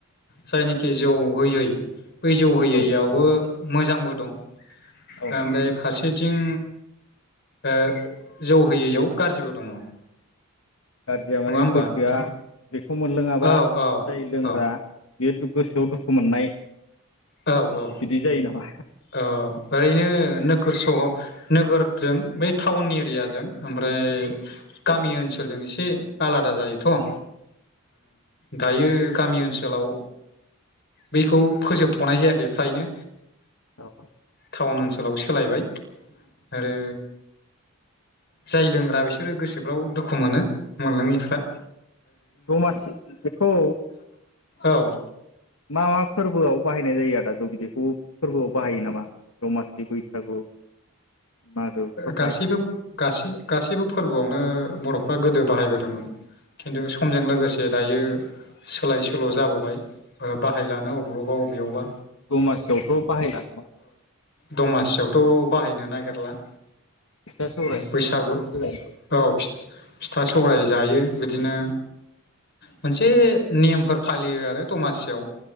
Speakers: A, on the left; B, on the left.
A: जायनाखि जौ होयै बै जौ होयैयावबो
B: औ
A: मोजांबो दं
B: औ
A: ओमफ्राय फारसे फारसेथिं ओ जौ होयैयाव गाज्रिबो दङ
B: गाज्रिया माने
A: नङा होमबा
B: गोसोआ
A: नोंथां
B: बेखौ मोनलोङाबा
A: औ
B: जाय
A: औ
B: लोंग्रा
A: औ
B: बे गोसोआव दुखु मोननाय
A: औ औ
B: बिदि जायो नामा
A: औ ओरैनो नोगोर सह नोगोरजों बै टाउन एरियाजों ओमफ्राय गामि ओनसोलजों एसे आलादा जायोथ' उम दायो गामि ओनसोलाव बैखौ फोजोब थ'नाय जायाखै फ्रायनो
B: औ औ
A: टाउन ओनसोलाव सोलायबाय आरो जाय लोंग्रा बिसोरो गोसो फ्राव दुखु मोनो मोनलाङैफ्रा
B: दमासि बेखौ
A: औ
B: मा मा फोरबोआव बाहाय नाय जायो आरो दा जौ बिदैखौ फोरबोआव बाहायो नामा दमासि बैसागु मागोफ्रावहाय
A: गासैबो गासै गासैबो फोरबोआवनो बर' ए बा गोदो बाहायबोदोंमोन खिन्थु समजों लोगोसे दायो सोलाय सोल' जाबोबाय बाहायलानो ओ अबेयावबा बबेयावबा
B: दमासियावथ' बाहायला नामा
A: दमासियावथ' बाहायनो नागिरला
B: फिथा सौरायसो
A: बैसागु
B: जायो
A: औ फिथा सौराय जायो बिदिनो मोनसे नेमफोर फालियो आरो दमासियाव